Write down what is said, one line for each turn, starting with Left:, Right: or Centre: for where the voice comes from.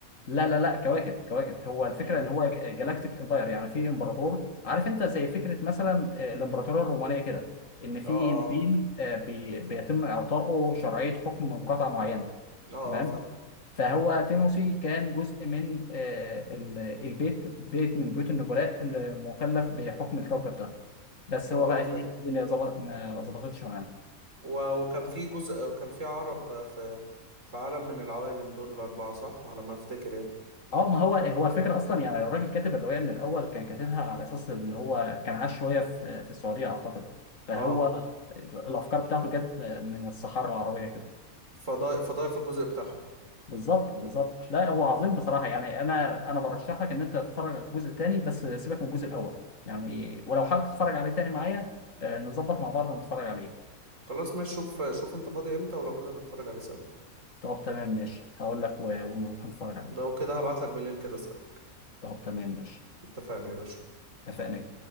Left: لا لا لا كواكب كواكب هو الفكره
Right: امم
Left: ان هو جالاكتيك امباير يعني في امبراطور عارف انت زي فكره مثلا آه، الامبراطوريه الرومانيه كده ان في
Right: اه اه
Left: نبيل آه، بي- بيتم اعطائه شرعيه حكم مقاطعه معينه
Right: اه
Left: تمام
Right: اه فاهم
Left: فهو تيموسي كان جزء من آه، ال- البيت بيت من بيوت النبلاء اللي مكلف بحكم الكوكب ده بس
Right: اه
Left: هو بقى
Right: اه فاهم
Left: ايه الدنيا ظبط ما ظبطتش معاه
Right: و- وكان في جزء كان في عرب في في عالم من العوالم دول الاربعة صح على ما افتكر يعني
Left: اه ما هو هو الفكره اصلا يعني لو الراجل كاتب الروايه من الاول كان كاتبها على اساس ان هو كان عاش شويه في في السعوديه اعتقد فهو
Right: اه
Left: الافكار بتاعته جت من الصحراء العربيه كده
Right: فضايق فضايق في الجزء بتاعهم
Left: بالظبط بالظبط لا هو عظيم بصراحه يعني انا انا برشح لك ان انت تتفرج على الجزء الثاني بس سيبك من الجزء الاول يعني ولو حابب تتفرج عليه تاني معايا آه، نظبط مع بعض ونتفرج عليه
Right: خلاص ماشي شوف شوف انت فاضي امتى ولو كده نتفرج عليه سوا
Left: طب تمام ماشي هقول لك و- ونروح نتفرج عليه
Right: لو كده هبعتلك بالليل كده اسألك
Left: طب تمام ماشي
Right: اتفقنا يا باشا
Left: اتفقنا